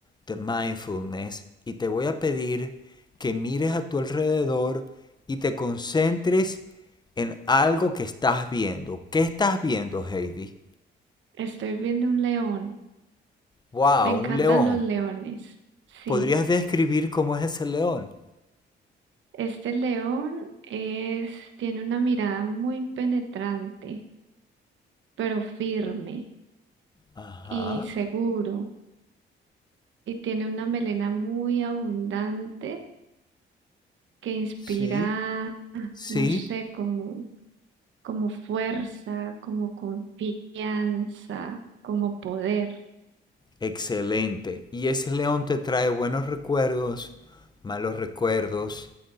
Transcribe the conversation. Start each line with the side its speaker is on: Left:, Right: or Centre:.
Left: de mindfulness y te voy a pedir que mires a tu alrededor y te concentres en algo que estás viendo. ¿Qué estás viendo, Heidi?
Right: Estoy viendo un león.
Left: Wow,
Right: Me encantan
Left: un león.
Right: los leones. Sí,
Left: ¿Podrías describir cómo es ese león?
Right: este león es, tiene una mirada muy penetrante, pero firme
Left: Ajá.
Right: y seguro. Y tiene una melena muy abundante que inspira,
Left: Sí. Sí.
Right: no sé, como, como fuerza, como confianza, como poder.
Left: Excelente. ¿Y ese león te trae buenos recuerdos, malos recuerdos?